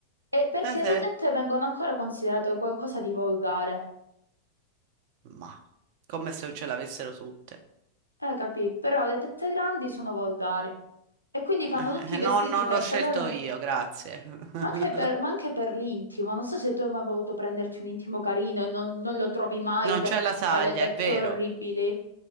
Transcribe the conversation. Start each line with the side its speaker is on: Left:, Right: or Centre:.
Left: E perché
Right: eh, eh.
Left: le tette vengono ancora considerate qualcosa di volgare.
Right: Ma come se non ce l'avessero tutte.
Left: Eh, capì? Però le tette grandi sono volgari. E quindi fanno
Right: Eh,
Left: tutti
Right: eh, eh,
Left: i
Right: no,
Left: vestiti
Right: non
Left: per
Right: l'ho scelto
Left: quella.
Right: io, grazie. <laughs>
Left: Ma anche per, ma anche per l'intimo, non so se tu hai mai voluto prenderti un intimo carino e non, non lo trovi mai
Right: Non
Left: perché
Right: c'è la
Left: ti
Right: taglia,
Left: fa le tette
Right: è vero.
Left: orribili.